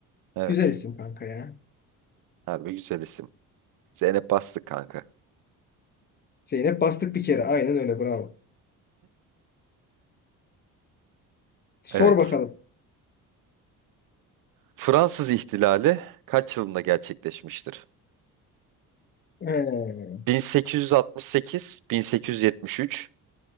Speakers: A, on the right (about 65°); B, on the left (about 30°).
A: Evet.
B: Güzel isim kanka ya.
A: Harbi güzel isim. Zeynep bastık kanka.
B: Zeynep bastık bir kere. Aynen öyle. Bravo. Sor
A: Evet.
B: bakalım.
A: Fransız ihtilali kaç yılında gerçekleşmiştir?
B: Ee,
A: 1868, 1873,